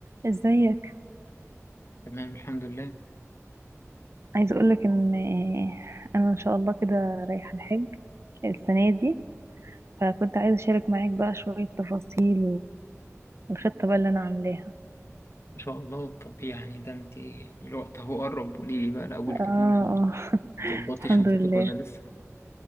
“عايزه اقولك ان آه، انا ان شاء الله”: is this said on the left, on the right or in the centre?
Right